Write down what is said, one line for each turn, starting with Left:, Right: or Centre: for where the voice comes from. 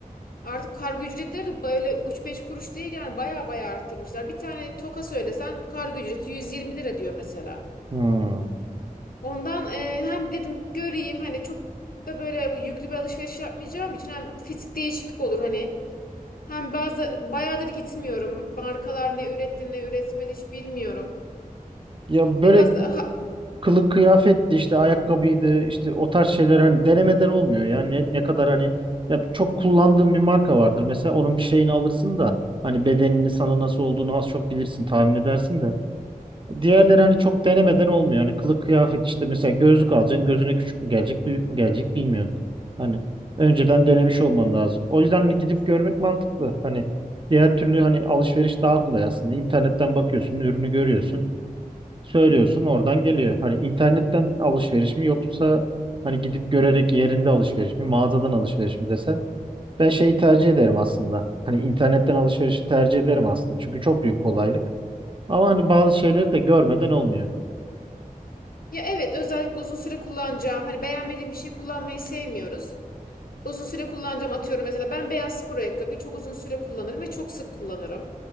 Left: artık kargo ücretleri de böyle üç beş kuruş değil yani baya baya arttırmışlar. Bir tane toka söylesen kargo ücreti 120 lira diyor mesela.
Right: Hmm.
Left: Ondan e, hem dedim göreyim hani çok da böyle yüklü bir alışveriş yapmayacağım için hem fizik değişiklik olur hani. Hem bazı bayağıdır gitmiyorum. Markalar ne üretti ne üretmedi hiç bilmiyorum.
Right: Ya böyle
Left: Biraz daha
Right: kılık kıyafetti işte ayakkabıydı işte o tarz şeyler hani denemeden olmuyor ya ne, ne kadar hani ya çok kullandığım bir marka vardır mesela onun bir şeyini alırsın da hani bedenini sana nasıl olduğunu az çok bilirsin tahmin edersin de diğerleri hani çok denemeden olmuyor yani kılık kıyafet işte mesela gözlük alacaksın gözüne küçük mü gelecek büyük mü gelecek bilmiyorsun hani önceden denemiş olman lazım o yüzden hani gidip görmek mantıklı hani diğer türlü hani alışveriş daha kolay aslında internetten bakıyorsun ürünü görüyorsun söylüyorsun oradan geliyor. Hani internetten alışveriş mi yoksa hani gidip görerek yerinde alışveriş mi, mağazadan alışveriş mi desen ben şeyi tercih ederim aslında. Hani internetten alışverişi tercih ederim aslında. Çünkü çok büyük kolaylık. Ama hani bazı şeyleri de görmeden olmuyor.
Left: ya evet özellikle uzun süre kullanacağım. Hani beğenmediğim bir şey kullanmayı sevmiyoruz. Uzun süre kullanacağım atıyorum mesela ben beyaz spor ayakkabıyı çok uzun süre kullanırım ve çok sık kullanırım.